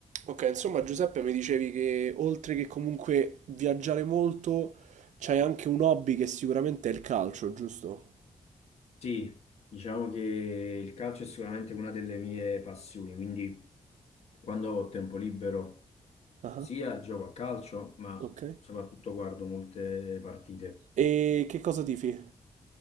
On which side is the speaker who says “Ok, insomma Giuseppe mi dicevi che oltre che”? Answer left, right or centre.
Right